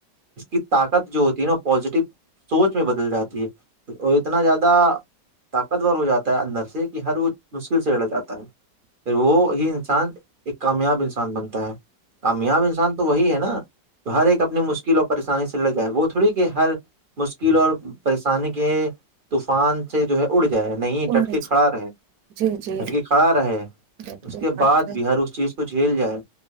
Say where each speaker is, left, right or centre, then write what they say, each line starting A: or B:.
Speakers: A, on the right (about 50°); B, on the right (about 70°).
A: اس کی طاقت جو ہوتی ہے نا پزیٹو سوچ میں بدل جاتی ہے اور اتنا زیادہ طاقتور ہو جاتا اندر سے کہ ہر وہ مشکل سےگااتا پھر وہ ہی انسان ایک کامیاب انسان بنتا کامیاب انسان تو وہی ہے نا تو ہر ایک اپنے مشکلوں پریشانی سے لگا ہے وہ تھوڑی کہ ہر مشکل یل اور پریشانی کے طوفان سے جو ہے اڑے جائے نہیں
B: اور
A: ڈٹک کھڑا رہے
B: جی جی
A: ڈٹکی کھڑا رہے
B: ڈاکٹر
A: اس کے بعد بھی ہر اس چیز کو جھیل جائے